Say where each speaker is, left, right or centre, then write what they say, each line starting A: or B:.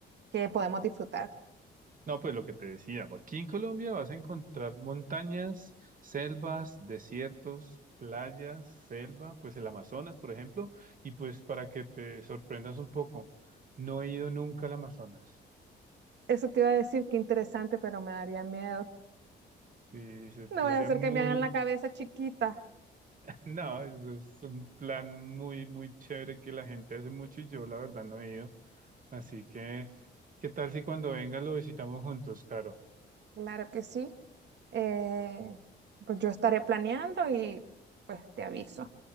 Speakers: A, on the right (about 60°); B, on the right (about 45°).
A: que podemos disfrutar.
B: no, pues lo que te decía, aquí en Colombia vas a encontrar montañas, selvas, desiertos. playas, selva, pues el Amazonas, por ejemplo, y pues para que te sorprendas un poco, no he ido nunca al Amazonas.
A: Eso te iba a decir, qué interesante, pero me daría miedo.
B: Y se-
A: No
B: sería
A: voy a hacer
B: muy
A: que me hagan la cabeza chiquita.
B: No, eso es un plan muy, muy chévere que la gente hace mucho y yo la verdad no he ido. Así que, ¿qué tal si cuando venga lo visitamos juntos, Caro?
A: Claro que sí. Eh, pues yo estaré planeando y pues te aviso.